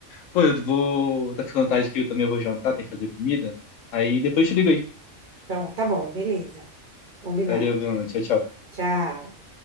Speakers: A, on the left; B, on the right.
A: Pô, eu vou. Tá ficando tarde aqui, eu também vou jantar, tem que fazer comida. Aí depois eu te ligo aí.
B: Pronto, tá bom, beleza. Combinado.
A: Valeu, Bruno. Tchau, tchau.
B: Tchau.